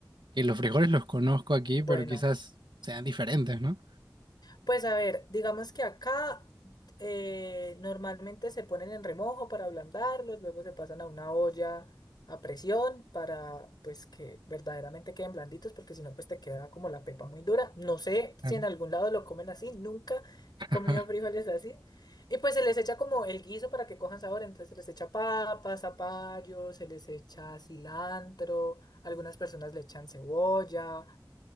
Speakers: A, on the right; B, on the left.
A: que los frijoles los conozco aquí,
B: bueno.
A: pero quizás sean diferentes, ¿no?
B: Pues a ver, digamos que acá eh, normalmente se ponen en remojo para ablandarlos, luego se pasan a una olla a presión para pues que verdaderamente queden blanditos, porque si no pues te queda como la pepa muy dura. No sé
A: Claro.
B: si en algún lado lo comen así, nunca he
A: <laughs>
B: comido frijoles así. Y pues se les echa como el guiso para que cojan sabor, entonces se les echa papas, zapallo, se les echa cilantro, algunas personas le echan cebolla.